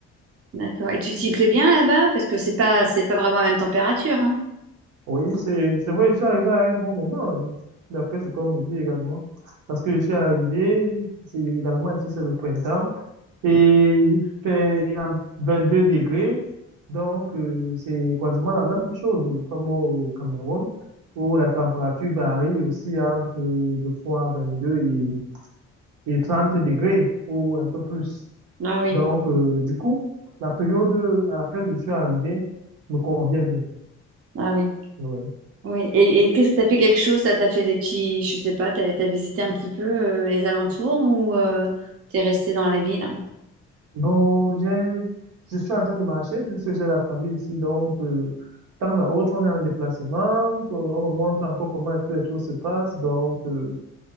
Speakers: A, on the right (about 50°); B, on the right (about 80°).
A: D'accord. Et tu t'y plais bien là-bas? Parce que c'est pas, c'est pas vraiment la même température, hein.
B: Oui, c'est c'est vrai, je suis arrivé à un bon moment, hein, d'après ce qu'on me dit également, parce que je suis arrivé, c'est également ici, c'est le printemps, et il fait il y a 22 degrés, donc euh, c'est quasiment la même chose comme au Cameroun, où la température varie aussi entre euh, de fois 22 et et 30 degrés ou un peu plus.
A: Ah oui,
B: Donc, euh, du coup, la période à laquelle je suis arrivé me convient bien.
A: ah oui,
B: Ouais.
A: oui. Et, et qu'est-ce que t'as fait quelque chose? Ça t'a fait des petits, je sais pas, t'as, t'as visité un petit peu euh, les alentours ou euh, t'es resté dans la ville?
B: Bon, j'ai, je suis en train de marcher puisque j'ai la famille ici. Donc, euh, de temps à autre, on est en déplacement. donc, euh, On me montre encore comment est-ce que les choses se passent. Donc, euh,